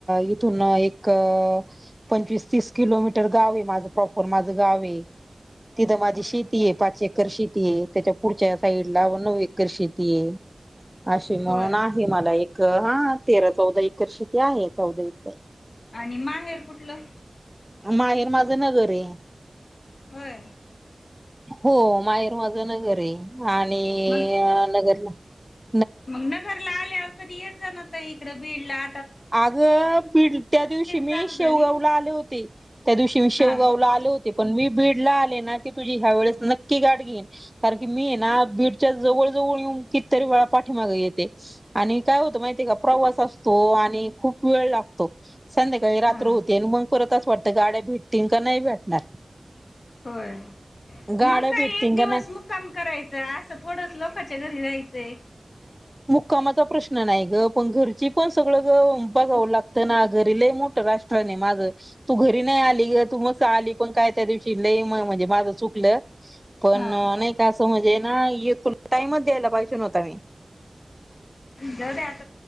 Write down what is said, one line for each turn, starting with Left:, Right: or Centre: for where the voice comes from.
Centre: इथून एक पंचवीस अ तीस किलोमीटर गाव आहे माझ प्रॉपर माझ गाव तिथं माझी
Left: होय
Centre: शेती हे पाच एकर शेती हे त्याच्या पुढच्या साईडला नऊ करशेती. हे अशी नळन
Left: होय
Centre: आहे मला एक हा तेरा चौदा एकरशीती आहे चौदा इकर.
Left: आणि माहेर कुठलं?
Centre: माहेर माझं नगर हे.
Left: व्हय.
Centre: हो माहेर माझ नगर हे. आणि
Left: मग
Centre: अ नगर ह <unintelligible>
Left: मग नगर ला आल्यावर कधी येत जाण. इकडे बिडला
Centre: अग बिड त्या दिवशी
Left: चालू
Centre: मी
Left: झाली
Centre: शेवगावला
Left: ना
Centre: आले होते. त्या दिवशी मी शेवगावला
Left: हा
Centre: आले होते. पण मी बीडला आले ना की तुझी ह्या वेळेस नक्की गाठ घेते कारण की मी हे ना बीडच्या जवळ जवळ येऊन कितरी वेळा पाठीमाग येते आणि काय होत माहितीय हे का प्रवास असतो आण पण आणि खूप वेळ लागतो संध्याकाळी रात्र
Left: हा
Centre: होते आणि मग परत असं वाटतं गाड्या भेटतील का नाही भेटणार.
Left: होय
Centre: गाड्या
Left: मग काय
Centre: भेटतील
Left: एक दिवस
Centre: का नाही.
Left: मुक्काम करायचं असं थोडंच लोकांच्या घरी राहायचंय.
Centre: कामाचा प्रश्न नाही ग पण घरची पण सगळं. बघावं लागत ना घरी लई मोठं राष्ट्रन हे माझ तू घरी नाही आली ग मस्त आली पण काय तरी <unintelligible> दिवशी लई म्हणजे माझ चुकलं पण
Left: हा
Centre: नाही का असं म्हणजे ना तुला टाइमच दयाल पाहीजे होता मी.
Left: जावूद्या.